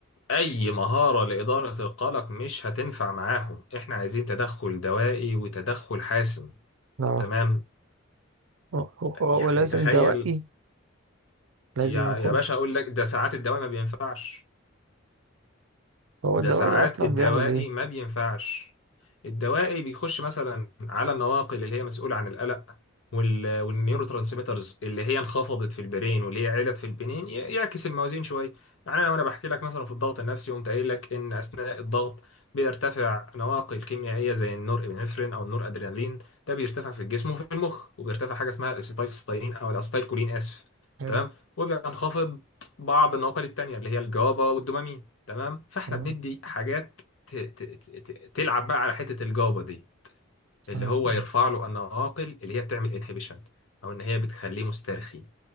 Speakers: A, on the left; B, on the right.
A: أي مهارة لإدارة القلق مش هتنفع معاهم إحنا عايزين تدخل دوائي وتدخل حاسم
B: آه
A: تمام
B: و- و-
A: يعني
B: ولازم
A: تخيل
B: دوائي لازم
A: يا
B: يكون
A: يا باشا أقول لك ده ساعات الدواء ما بينفعش
B: هو
A: ده
B: الدوائي
A: ساعات
B: أصلا
A: الدوائي
B: بيعمل إيه؟
A: ما بينفعش الدوائي بيخش مثلا على النواقل اللي هي مسؤولة عن القلق وال... والنيورو ترانسميترز اللي هي انخفضت في البرين واللي هي علت في البنين ي... يعكس الموازين شوية يعني انا وانا بحكي لك مثلا في الضغط النفسي قمت قايل لك ان اثناء الضغط بيرتفع نواقل كيميائية زي النور ابنفرين او النور ادرينالين ده بيرتفع في الجسم وفي المخ وبيرتفع حاجة اسمها الاسيتايلسيستاين او الاسيتايلكولين اسف
B: حلو
A: تمام وبينخفض بعض النواقل التانية اللي هي الجابا والدوبامين تمام فاحنا
B: تمام
A: بندي حاجات ت... ت... ت... ت- تلعب بقى على حتة الجابة دي اللي
B: أيوه
A: هو يرفع له النواقل اللي هي بتعمل انهبيشن او ان هي بتخليه مسترخي